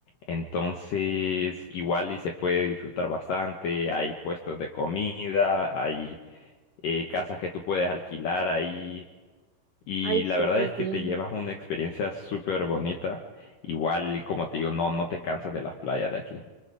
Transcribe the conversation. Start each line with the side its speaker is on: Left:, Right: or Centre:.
Left: Entonces, igual y se puede disfrutar bastante. Hay puestos de comida, hay eh, casas que tú puedes alquilar ahí y
Right: Ay,
Left: la
Right: súper
Left: verdad es que
Right: bien.
Left: te llevas una experiencia súper bonita. Igual, como te digo, no, no te cansas de las playas de aquí.